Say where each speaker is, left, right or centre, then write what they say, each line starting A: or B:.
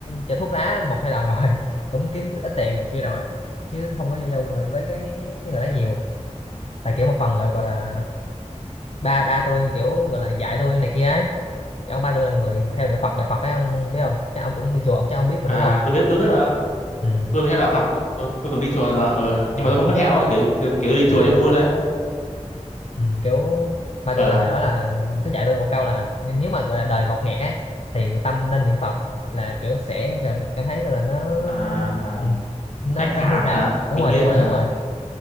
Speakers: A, on the left; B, on the left.
A: chở thuốc lá một hai lần rồi <laughs> cũng kiếm ít tiền này kia rồi chứ không có giao du rồi với cái mấy người đó nhiều tại kiểu một phần rồi gọi là ba ba tôi kiểu gọi là dạy tôi này kia ấy cái ông ba tôi là người theo đạo Phật đạo Phật ấy ông biết không chắc ông cũng đi chùa ông chắc ông biết mà
B: À,
A: đúng không
B: tôi biết tôi biết rồi.
A: ừ
B: tôi theo đạo Phật tôi, tôi, tôi từng đi chùa rồi mà ờ, nhưng
A: ờ
B: mà tôi không có theo ấy kể, kể tôi đi chùa
A: à
B: cho vui thôi ấy.
A: ừ, kiểu ba
B: ờ
A: tôi là hồi đó là cứ dạy tôi một câu là n- nếu mà gọi là đời ngột ngạt ấy thì tâm nên niệm Phật là kiểu sẽ cảm, cảm thấy gọi là nó
B: à, à,
A: ừ, nó
B: thanh thản
A: thanh thư thản
B: hả
A: đúng
B: bình
A: rồi
B: yên
A: đúng rồi
B: hả
A: đúng rồi